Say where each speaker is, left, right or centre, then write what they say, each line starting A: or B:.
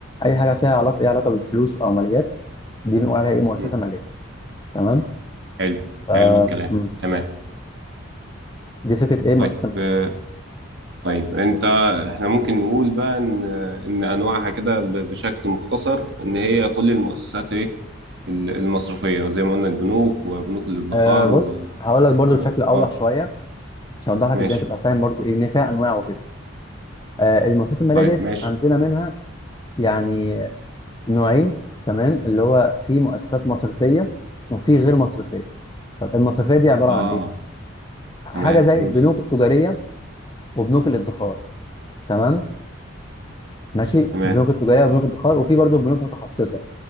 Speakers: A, on the left; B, on the right.
A: اي حاجه فيها علاقه ليها علاقه بالفلوس او ماليات دي بنقول عليها ايه مؤسسه
B: مم.
A: ماليه تمام
B: حلو
A: ف
B: حلو الكلام
A: مم.
B: تمام
A: دي فكره ايه مؤسسه
B: طيب
A: ماليه
B: آه، طيب انت احنا ممكن نقول بقى ان ان انواعها كده ب- بشكل مختصر ان هي كل المؤسسات ايه ال- المصرفيه زي ما قلنا البنوك وبنوك الادخار
A: آه بص
B: و...
A: هقول لك برضو
B: و...
A: بشكل اوضح
B: اه
A: شويه عشان اوضح لك
B: ماشي
A: الدنيا تبقى فاهم برضو ايه ان فيها انواع وكده آه المؤسسات الماليه
B: طيب
A: ديت
B: ماشي
A: عندنا منها يعني نوعين تمام اللي هو في مؤسسات مصرفيه وفي غير مصرفيه طب المصرفيه دي عباره
B: اه
A: عن ايه حاجه
B: تمام
A: زي
B: قول
A: البنوك التجاريه وبنوك الادخار تمام ماشي
B: تمام
A: بنوك التجاريه وبنوك الادخار وفي برضه بنوك متخصصه